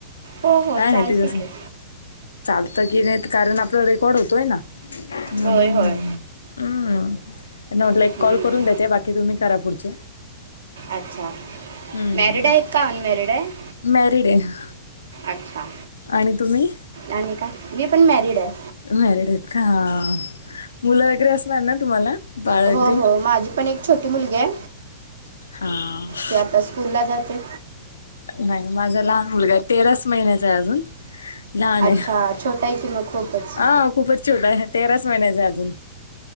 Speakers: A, on the right (about 70°); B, on the left (about 80°).
A: हो हो
B: काय
A: चालतं
B: नाही ती जसं
A: की.
B: चालतं की नाहीत कारण आपला रेकॉर्ड होतोय ना म्हणून.
A: होय होय
B: हम्म त्यांना म्हटलं
A: हम्म,
B: एक कॉल करून देते बाकी तुम्ही करा पुढचे.
A: अच्छा.
B: हम्म,
A: मॅरिड आहेत का अनमॅरिड आहे
B: मॅरिड आहे.
A: अच्छा.
B: आणि तुम्ही?
A: आणि काय? मी पण मॅरिड आहे.
B: मॅरिड आहेत का हा, मुलं वगैरे असणार ना तुम्हाला? बाळ
A: हो
B: वगैरे
A: हो माझी पण एक छोटी मुलगी आहे.
B: हा.
A: ती आता स्कूलला जाते.
B: नाही माझा लहान मुलगा आहे तेराच महिन्याचा आहे अजून लहान आहे.
A: अच्छा छोटा आहे की मग. खूपच
B: हा खूपचं छोटा आहे, तेराचं महिन्याचा आहे अजून.